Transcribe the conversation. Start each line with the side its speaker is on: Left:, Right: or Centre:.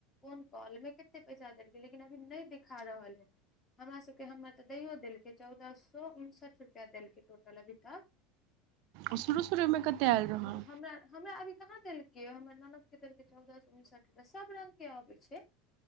Left: कोन कॉलमे कते पैसा देलकै लेकिन अभी नहि देखा रहल है। हमरा सबके, हमर त दैओ देलकै चौदह स उनसठ रुपैआ देलकै टोटल अभी तक।
Right: आ शुरू शुरूमे कते आएल रहौ?
Left: मतलब हमरा, हमरा अभी कहाँ देलकैअ? हमर ननद के देलकै चौदह स उनसठ <unintelligible> सब रंग के आबै छै।